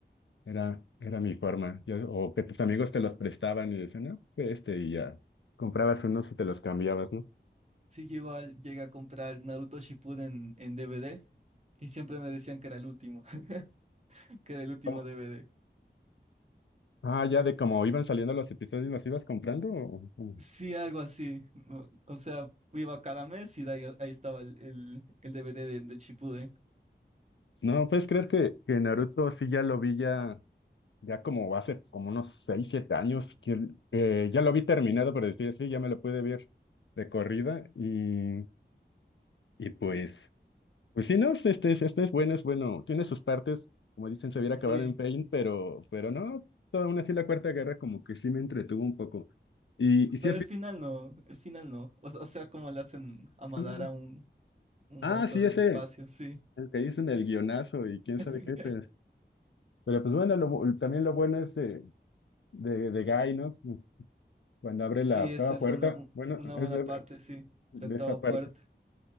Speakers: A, on the left; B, on the right.
A: Era, era mi forma. Yo- o que tus amigos te los prestaban y decían, no, que este, y ya. Comprabas unos y te los cambiabas, ¿no?
B: Sí, yo igual llegué a comprar Naruto Shippuden en DVD y siempre me decían que era el último, <laughs> que era el último
A: Como-
B: DVD.
A: Ah, ya de cómo iban saliendo los episodios, ¿los ibas comprando? o- o-
B: Sí, algo así. O, o sea, iba cada mes y de ahí, ahí estaba el, el, el DVD de- del Shippuden.
A: No, puedes creer que, que Naruto sí ya lo vi ya, ya como hace como unos 6 7 años, que, que ya lo vi terminado, por decir así, ya me lo pude ver de corrida y, y pues. Pues sí, no, este, este, es- este es bueno, es bueno. Tiene sus partes, como dicen, se hubiera
B: Sí,
A: acabado en Pain, pero, pero no, toda una así la Cuarta Guerra como que sí me entretuvo un poco. Y, y
B: pero
A: si has
B: el
A: visto
B: final no, el final no. O, o sea, como le hacen a Madara
A: también-
B: un, un
A: Ah,
B: monstruo
A: sí,
B: del
A: ese,
B: espacio, sí.
A: el que dicen el guionazo y quién sabe
B: <laughs>
A: qué, pero, pero pues bueno, lo bu- también lo bueno es de, de, de Guy, ¿no? Cuando abre
B: Sí,
A: la octava
B: esa es
A: puerta,
B: una, u-
A: bueno,
B: una
A: es
B: buena
A: de,
B: parte, sí,
A: de
B: la octava
A: esa
B: puerta.
A: parte.